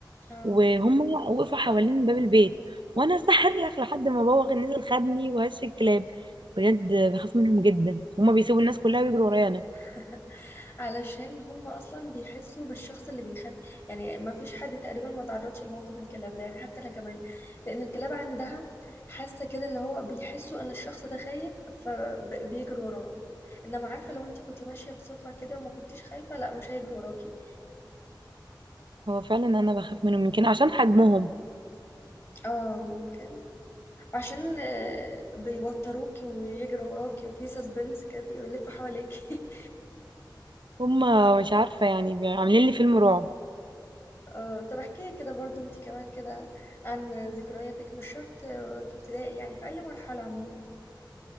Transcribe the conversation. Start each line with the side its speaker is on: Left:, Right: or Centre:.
Left: اه
Right: وهم وقفوا حوالين باب البيت وانا صرخ لحد ما بابا كان نزل خدني وهش الكلاب بجد بخاف منهم جدا هما بيسيبوا الناس كلها بيجروا ورايا انا
Left: <laughs> علشان هم أصلا بيحسوا بالشخص اللي بيخاف يعني ما فيش حد تقريبا ما تعرضش لموقف الكلاب ده يعني حتى أنا كمان لأن الكلاب عندها حاسة كده اللي هو بيحسوا إن الشخص ده خايف فبيجروا وراه انما عارفه لو انت كنتي ماشيه بثقه كده وما كنتيش خايفه لا مش هيجروا وراكي
Right: هو فعلا انا بخاف منهم يمكن عشان حجمهم
Left: اه ممكن عشان آه، بيوتروكي ويجروا وراكي وفي سسبنس كده بيلفوا حواليكي
Right: هما مش عارفه يعني بي- عاملين لي فيلم رعب
Left: <laughs> اه طب احكي لي كده برضو انت كمان كده عن ذكرياتك مش شرط آه، في ابتدائي يعني في اي مرحلة عموما